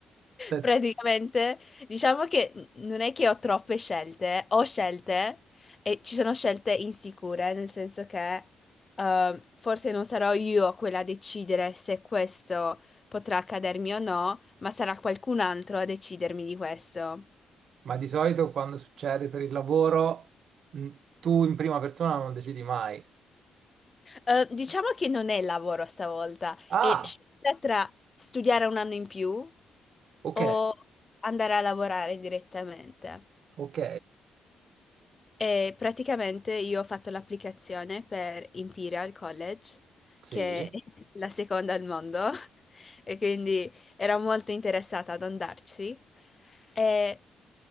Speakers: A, on the right; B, on the left.
A: Ste-
B: Praticamente, diciamo che non è che ho troppe scelte, ho scelte e ci sono scelte insicure, nel senso che eh, forse non sarò io quella a decidere se questo potrà accadermi o no, ma sarà qualcun altro a decidermi di questo.
A: Ma di solito quando succede per il lavoro, mh, tu in prima persona non decidi mai.
B: Eh, diciamo che non è lavoro stavolta,
A: Ah,
B: è scelta tra studiare un anno in più
A: ok,
B: o andare a lavorare direttamente.
A: ok.
B: E praticamente io ho fatto l'applicazione per Imperial College,
A: Sì,
B: che è la seconda al mondo, <laughs> e quindi ero molto interessata ad andarci. E